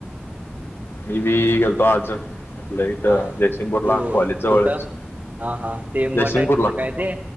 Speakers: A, on the left; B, on the right.
A: मी बी गेलतो आज. आपलं इथं
B: हा
A: जयसिंगपूरला
B: तू
A: कॉलेज जवळच
B: कुठं हा हा ते मठ
A: जयसिंगपूर
B: आहे तिथं
A: ला
B: काय ते